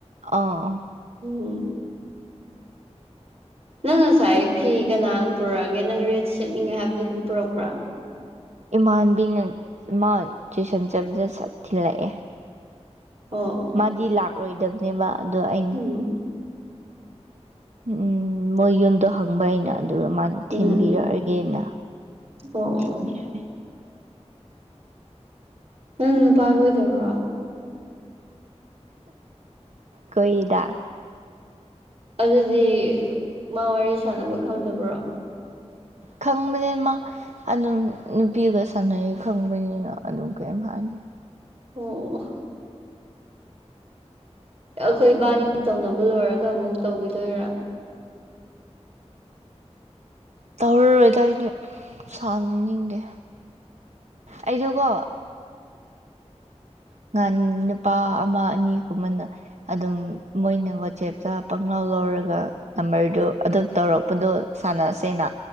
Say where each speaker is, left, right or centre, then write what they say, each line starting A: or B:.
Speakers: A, on the right; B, on the right.
A: ꯑꯥ
B: ꯎꯝ ꯅꯪ ꯉꯁꯥꯏ ꯐꯤ ꯀꯅꯥꯅ ꯄꯨꯔꯛꯑꯒꯦ ꯅꯪ ꯔꯦꯠ ꯁꯦꯠꯅꯤꯡꯉꯦ ꯍꯥꯏꯕꯗꯨꯣ ꯑꯗꯨꯝ ꯄꯨꯔꯛꯄ꯭ꯔꯥ
A: ꯏꯃꯥꯟꯕꯤꯅ ꯏꯃꯥꯟ ꯇꯨꯏꯁꯟ ꯆꯠꯕꯗ ꯆ ꯊꯤꯜꯂꯛꯑꯦ
B: ꯑꯣ
A: ꯃꯥꯗꯤ ꯂꯥꯛꯂꯣꯏꯗꯕꯅꯦꯕ ꯑꯗꯣ ꯑꯩꯅ
B: ꯎꯝ
A: ꯎꯝ ꯃꯣꯏ ꯌꯨꯝꯗꯣ ꯍꯪꯕ ꯑꯩꯅ ꯑꯗꯨꯒ ꯃꯥ
B: ꯎꯝ
A: ꯊꯤꯟꯕꯤꯔꯛꯑꯒꯦꯅ
B: ꯑꯣ
A: ꯊꯤꯟꯕꯤꯔꯛꯑꯦ
B: ꯅꯪ ꯅꯨꯄꯥꯒ ꯑꯣꯏꯗꯕ꯭ꯔꯣ
A: ꯀꯣꯏꯗ
B: ꯑꯗꯨꯗꯤ ꯃꯥ ꯋꯥꯔꯤ ꯁꯥꯟꯅꯕ ꯈꯪꯗꯕ꯭ꯔꯣ
A: ꯈꯪꯕꯅꯦ ꯃꯥ ꯑꯗꯨꯝ ꯅꯨꯄꯤꯒ ꯁꯥꯟꯅꯩ ꯈꯪꯕꯅꯤꯅ ꯑꯗꯨꯝ ꯀꯔꯤꯝ ꯍꯥꯏꯗꯦ
B: ꯑꯣ ꯑꯩꯈꯣꯏ ꯏꯕꯥꯅꯤ ꯇꯧꯅꯕ ꯂꯣꯏꯔꯒ ꯑꯃꯨꯛ ꯇꯧꯕꯤꯗꯣꯏꯔꯥ
A: ꯇꯧꯔꯔꯣꯏꯗ ꯑꯩꯗꯤ ꯁꯥꯟꯅꯅꯤꯡꯗꯦ ꯑꯩꯗꯨꯀꯣ ꯉꯍꯥꯟ ꯅꯨꯄꯥ ꯑꯃ ꯑꯅꯤꯒꯨꯝꯕꯅ ꯑꯗꯨꯝ ꯃꯣꯏꯅ ꯋꯥꯆꯦꯞꯇ ꯄꯪꯂꯧ ꯂꯧꯔꯒ ꯅꯝꯕꯔꯗꯨ ꯑꯗꯨꯝ ꯇꯧꯔꯛꯄꯗꯣ ꯁꯥꯟꯅꯁꯦꯅ